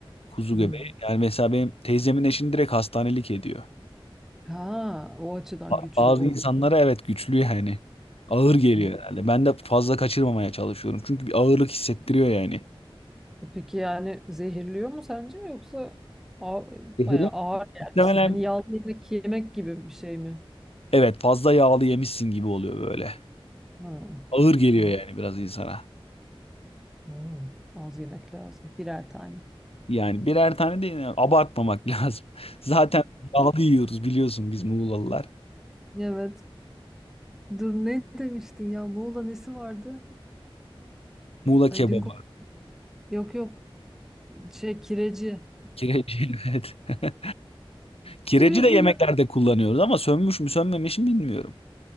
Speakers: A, on the left; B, in the centre.
A: kuzu
B: Hmm.
A: göbeği. Yani mesela benim teyzemin eşini direkt hastanelik ediyor.
B: Ha, o açıdan
A: Ba-
B: güçlü.
A: Bazı
B: O.
A: insanlara evet güçlü yani. Ağır geliyor
B: o-
A: herhalde. Ben de fazla kaçırmamaya çalışıyorum. Çünkü bir ağırlık hissettiriyor yani.
B: Peki yani zehirliyor mu sence yoksa ağ-
A: Zehirler.
B: bayağı ağır gelmesin?
A: Muhtemelen
B: Hani yağlı yemek yemek gibi bir şey mi?
A: evet fazla yağlı yemişsin gibi oluyor böyle.
B: Ha.
A: Ağır geliyor
B: An-
A: yani biraz insana.
B: Hmm. Az yemek lazım. Birer tane.
A: Yani birer tane değil yani abartmamak <laughs> lazım. Zaten yağlı yiyoruz biliyorsun biz Muğlalılar.
B: Evet. Dur ne demiştin ya? Muğla nesi vardı?
A: Muğla
B: Ay
A: kebabı,
B: dün konu- yok yok. Şey kireci.
A: kireci <laughs> evet. Kireci
B: Kireciyle.
A: de yemeklerde kullanıyoruz ama sönmüş mü sönmemiş mi bilmiyorum.